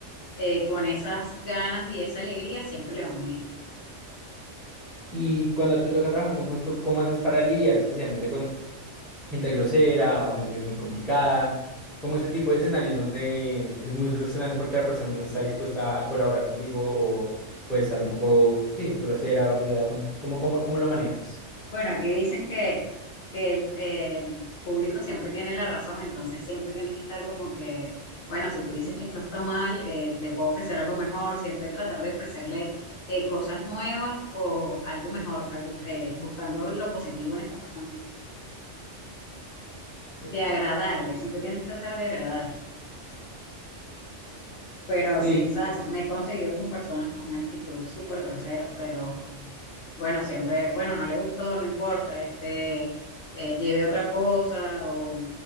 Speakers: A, on the left; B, in the centre.
A: eh, con esas ganas y esa alegría siempre le va muy bien.
B: Y cuando te toca trabajar con público, ¿cómo haces para lidiar especialmente con gente grosera o gente que es muy complicada? Como ese tipo de escenarios donde es muy frustrante porque la persona no está dispuesta a colaborar contigo o puede estar un poco, sí, grosera o ruda. Con, ¿cómo, cómo, cómo lo manejas?
A: Bueno, aquí dicen que, que el, el público siempre tiene la razón, entonces siempre tienes que estar como que, bueno, si tú dices que esto está mal, eh, te puedo ofrecer algo mejor, siempre tratar de ofrecerle eh, cosas nuevas o algo mejor, algo, eh, buscando lo positivo en esa persona,
B: Sí.
A: de agradarle, siempre tienes que tratar de agradarle. Pero
B: Sí,
A: sí, o sea, me he conseguido con personas con una actitud súper grosera, pero bueno, siempre, bueno, no le gustó, no importa, este, eh, lleve otra cosa o,